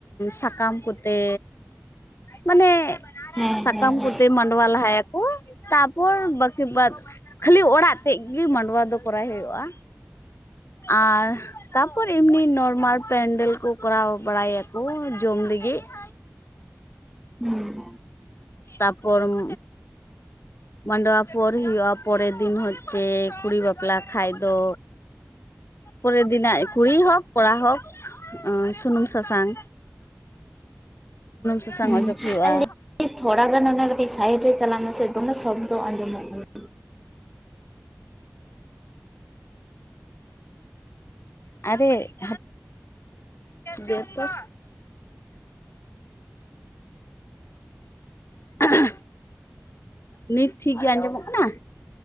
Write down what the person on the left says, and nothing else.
ᱥᱟᱠᱟᱢ ᱠᱚᱛᱮ ᱢᱟᱱᱮ,
ᱥᱟᱠᱟᱢ
ᱠᱚᱛᱮ ᱢᱟᱱᱲᱣᱟ ᱞᱟᱦᱟᱭᱟᱠᱚ ᱛᱯᱚᱨ ᱠᱷᱮᱵᱟᱫᱽ ᱠᱷᱟᱹᱞᱤ ᱚᱲᱟᱜ ᱛᱮᱫ ᱜᱮ ᱢᱟᱱᱲᱣᱟ ᱫᱚ ᱠᱚᱨᱟᱣ ᱦᱩᱭᱩᱜᱼᱟ, ᱟᱨ ᱛᱟᱯᱚᱨ ᱮᱢᱱᱤ ᱱᱚᱨᱢᱟᱞ ᱯᱮᱱᱰᱮᱞ ᱠᱚ ᱠᱚᱨᱟᱣ ᱵᱟᱲᱟᱭᱟᱠᱚ ᱡᱚᱢ ᱞᱟᱹᱜᱤᱫ ᱾
ᱛᱟᱯᱚᱨ ᱢ ᱢᱟᱱᱲᱣᱟ ᱯᱚᱨ ᱦᱩᱭᱩᱜᱼᱟ ᱯᱚᱨᱮᱨ ᱫᱤᱱ ᱦᱚᱪᱪᱮᱻ ᱠᱩᱲᱤ ᱵᱟᱯᱞᱟ ᱠᱷᱟ ᱫᱚ, ᱯᱚᱨᱮ ᱫᱤᱱᱟᱜ ᱠᱩᱲᱤ ᱦᱚᱠ, ᱠᱚᱲᱟ ᱦᱚᱠ ᱥᱩᱱᱩᱢ ᱥᱟᱥᱟᱝ ᱟᱸ ᱥᱟᱥᱟᱝ
ᱚᱡᱚᱜ ᱦᱩᱭᱩᱜᱼᱟ
ᱟᱨᱮ ᱦᱟᱯᱮ, ᱫᱮ ᱛᱚ <unintelligible> ᱱᱤᱛ ᱴᱷᱤᱠᱜᱮ ᱟᱸᱡᱚᱢᱚᱜ ᱠᱟᱱᱟ?